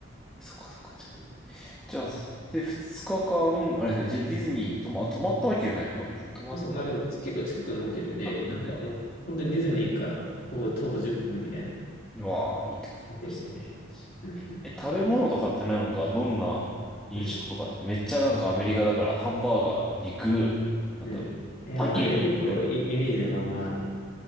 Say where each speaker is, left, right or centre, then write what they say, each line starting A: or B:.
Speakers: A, in the centre; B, on the left (about 50°).
A: そっかそっか。じゃあ、じゃあ、さでっ2日間、あれですね、じゃあディズニーに泊ま、泊まったわけじゃないのか、別に。泊まっ
B: あ、そう、まあでもち結構近くのホテルで、
A: た近くで。
B: なんかもう本当にディズニーから徒歩、徒歩10分みたいな
A: うわあ、いいとこ言いましたね。
B: ホテルで。うんうん。
A: え、食べ物とかってなんか、どんな印象とかって、
B: うん
A: めっちゃなんかアメリカだから、ハンバーガー、肉、なんだろう、
B: うん。え、
A: パンケーキみたいな。
B: マジで結構いいイメージのまんまで。